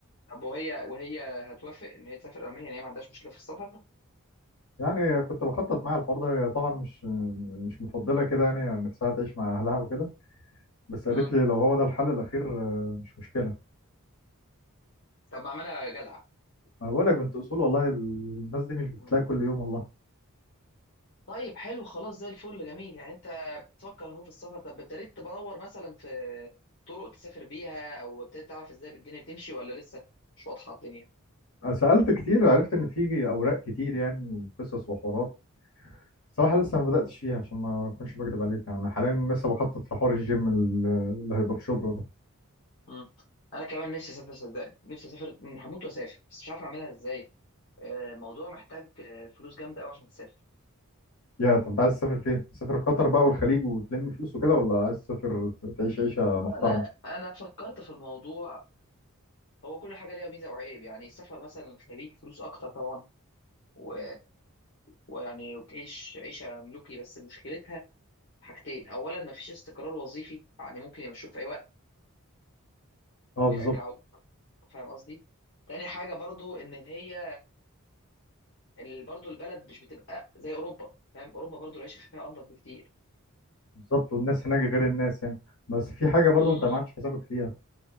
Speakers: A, on the left; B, on the left.
A: طب وهي وهي هتوافق ان هي تسافر المانيا ان هي ما عندهاش مشكله في السفر
B: يعني كنت بخطط مع الحوار ده هي طبعا مش مش مفضله كده يعني يعني نفسها تعيش مع اهلها وكده بس قالت
A: مم.
B: لي لو هو ده الحل الاخير آه، مش مشكله
A: طب اعملها جدعه
B: انا بقول لك بنت اصول والله الناس دي مش بتلاقي
A: مم.
B: كل يوم والله
A: طيب حلو خلاص زي الفل جميل يعني انت بتفكر اهو في السفر طب ابتديت تدور مثلا في طرق تسافر بيها او ابتديت تعرف ازاي الدنيا بتمشي ولا لسه مش واضحه الدنيا
B: سألت كتير وعرفت إن في أوراق كتير يعني وقصص وحوارات صراحة
A: مم.
B: لسه ما بدأتش فيها عشان ما أكونش بكدب عليك يعني أنا حاليا لسه بخطط في حوار الجيم ال- اللي هيبقى في شبرا ده
A: مم. انا كمان نفسي اسافر صدقني نفسي اسافر هموت واسافر بس مش عارف اعملها ازاي آه، الموضوع محتاج آه، فلوس جامده قوي عشان تسافر
B: يا طب أنت عايز تسافر فين؟ تسافر قطر بقى والخليج وتلم فلوس وكده ولا عايز تسافر تعيش عيشة
A: والله
B: محترمة؟
A: انا انا فكرت في الموضوع هو كل حاجة ليها ميزة وعيب يعني السفر مثلا خليك فلوس أكتر طبعا و... ويعني بتعيش عيشة ملوكي بس مشكلتها حاجتين أولا مفيش استقرار وظيفي يعني ممكن يمشوك في أي وقت ويرجعوك
B: أه بالظبط
A: فاهم قصدي؟ تاني حاجة برضو إن هي ال- برضو البلد مش بتبقى زي أوروبا فاهم أوروبا برضو العيشة فيها أنضف بكتير
B: بالظبط والناس هناك غير الناس يعني بس في حاجة برضو
A: امم
B: أنت ما عملتش حسابك فيها